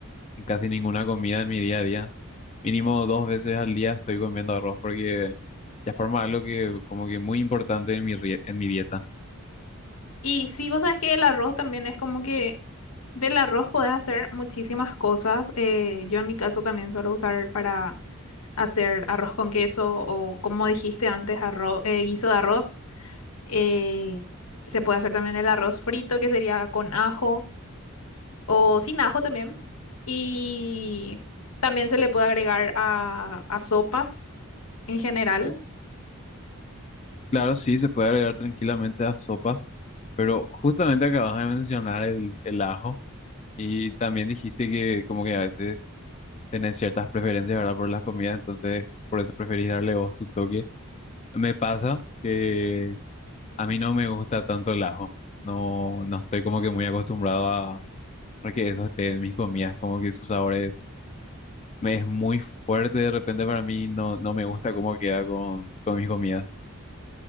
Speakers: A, on the left; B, on the left.
A: en casi ninguna comida en mi día a día. mínimo dos veces al día estoy comiendo arroz porque ya forma algo que como que muy importante en mi, rie- en mi dieta.
B: Y sí, vos sabes que el arroz también es como que del arroz podés hacer muchísimas cosas. Eh, yo en mi caso también suelo usar para hacer arroz con queso o como dijiste antes, arroz, eh, guiso de arroz. Eh, se puede hacer también el arroz frito, que sería con ajo o sin ajo también. Y también se le puede agregar a, a sopas en general.
A: Claro, sí, se puede agregar tranquilamente a sopas, pero justamente acabas de mencionar el, el ajo y también dijiste que como que a veces tenés ciertas preferencias, ¿verdad? Por las comidas, entonces por eso preferís darle vos tu toque. Me pasa que a mí no me gusta tanto el ajo, no, no estoy como que muy acostumbrado a, a que eso esté en mis comidas, como que sus sabores me es muy fuerte de repente para mí, no, no me gusta cómo queda con, con mis comidas.